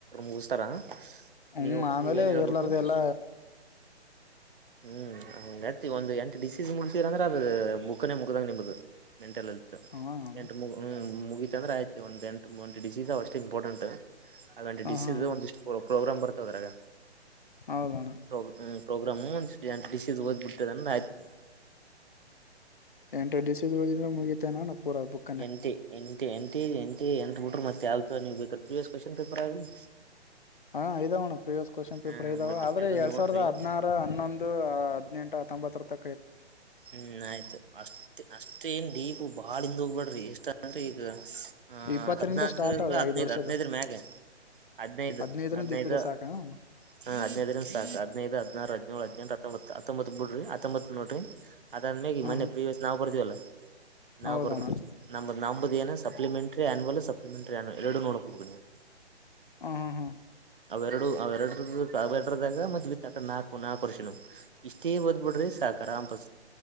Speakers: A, on the right; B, on the left.
A: ಮುಗಿಸ್ತಾರ
B: ಹ್ಮ್
A: ನೀವು
B: ಆಮೇಲೆ
A: ನೀವ ಏನ್ ಹೇಳ್ಬೇಕು
B: ಇರ್ಲಾರ್ದ
A: <inaudible>
B: ಎಲ್ಲ
A: ಹ್ಮ್ ನಡ್ತಿ ಒಂದ ಎಂಟು ಡಿಸೀಸ್ ಮುಂತೀರಂದ್ರೆ ಅದ ಮುಖನೆೇ ಮುಗದಂಗ ನಿಂಬದು ಮೆಂಟಲ್ ಎಲ್ತ್
B: ಹ್ಮ ಅಣ್ಣ
A: ಎಂ ಮುಗ ಮುಗಿತುಂದ್ರ ಆಯ್ತಿ ಒಂದ್ ಎಂಟ್ ಡಿಸೀಸ್ ಅಷ್ಟ ಷ್ಟ ಇಂಪಾರ್ಟೆಂಟ್ ಅದೆ
B: ಹ
A: ಡಿಶ್ಸ್
B: ಹಾ ಹಾ
A: ಒಂದಿಷ್ಟ ಪ್ರೋಗ್ರಾಮ್ ಬರ್ತಾವ ಅ್ರಾಗ
B: ಹೌದಣ್ಣ
A: ಪ್ರ ಪ್ರೋಗ್ರಾಮ ಹ ಡಶಸ್ ಹದ್ಬ ಬಿಡ್ತದಂದ್ರೆ ಆಯ್ತು
B: ಎಂಟ ಡಿಸ ಹ್ರ ಮುಗಿತಾನ ಪೂರ ಬಕ್
A: ಎಟ ಎ ಎಂತ ಎಂತ ಎಂತ ಎಂತ ಬಿಟ್ರರು ಮತ್ತ ಯಾವ ಚ ನೀವು ಬೇಕ ಪ್ರೀವಿಯಸ್ ಕ್ವೆಶನ್ ಪೇಪರ್ ಆಗಲಿ
B: ಹಾ ಇದಾವಣ್ಣ ಪ್ರೀವಿಯಸ್ ಕ್ವಶನ್ ಪೇಪರ್
A: ಹ
B: ಇದಾವೆ
A: ಬೇಕ
B: ಆದ್ರೆ
A: ತೆಗದ್
B: ಎರಡ್
A: ನೋಡ್ರಿ
B: ಸಾವಿರದ ಹದ್ಾರು ಹನ್ನೊಂದು ಹದ್ನೆಂಟು ತಂಬತ್ರ ತ
A: ಹ್ಮ್ ಆಯ್ತು ಅಷ್ಟ ಅಷ್ಟೇ ಏನ್ ಡೀಪು ಬಾಳಿಂದ ಹಬಡ್ರಿ ಎಷ್ಟ್ರರಿ ಈಗ ಅದ್ರು
B: ಇಪ್ಪತ್ತರಿಂದ
A: ಹದ್ನಾಕಲ್ಲ
B: ಸ್ಟಾರ್ಟ್ ಅವ
A: ಹದ್ನೈದು
B: ಐದ್ ವರ್ಷದ
A: ಹದ್ನೈದರ ಮ್ಯಾಗ ಹದ್ನೈದು
B: ಹದ್ನೈದರಿಂದ
A: ಹದ್ನೈದು
B: ಈ ಕಡೆ ಸಾಕ ಅಣ್ಣ.
A: ಹಾ ಹದ್ದರಿಂದ ಸಾಕ ಹದಿನೈದು ಹದಿನಾರು ಹದಿನೇಳ ಹದಿನಂ ಹೊಂಬ ಹೊಂಬತ್ತತ್ ಬಿಡ್ರಿ ಹತ್ತೊಂಬತ್ ನೋಡ್ರಿ ಅದ್ರ ಮೇ
B: ಹ್ಮ್
A: ಮೊೆ
B: ಹ್ಮ್
A: ಪ್ರೀವಿಯಸ್ ನಾ ಬರ್ವಲ್ಲ ನಾವು
B: ಹೌದಣ್ಣ
A: ಬರದು ಕ ನ ನಂಬದು ಏನ ಸಪ್ಲಿಮೆಂಟರಿ ಆನಲ್ ಸ ನಿ ಮಂತ್ರ ನಾನ ಎರಡು ನೋಡ್ ಹೋಗ ನೀವು
B: ಹ ಹಾ ಹಾ
A: ಎರಡು ಅವ ಎರಡಡದಾಗ ಮತ್ ವಿತ್ ಆಕ ನಾಕು ನಾಕ ವರ್ಷ ಇಷ್ಟೇ ಓದ್ಬ ಬಿಡ್ರಿ ರಾಮ್ ಪ